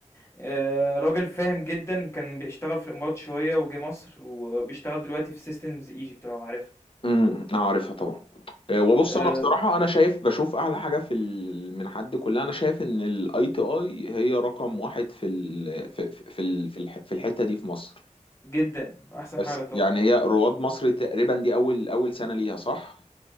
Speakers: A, on the left; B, on the left.
A: آآ راجل فاهم جدًا كان بيشتغل في الإمارات شوية وجه مصر وبيشتغل دلوقتي في systems Egypt لو عارفها،
B: امم انا عارفها طبعا اه، وبص
A: آآ
B: انا بصراحه انا شايف بشوف اعلى حاجه في ال- من حد كلها انا شايف ان الاي تي اي هي رقم واحد في ال في في في ال- في الح- في الحته دي في مصر
A: جدًا، أحسن
B: بس
A: حاجة طبعًا،
B: يعني هي رواد مصر تقريبا دي اول اول سنه ليها صح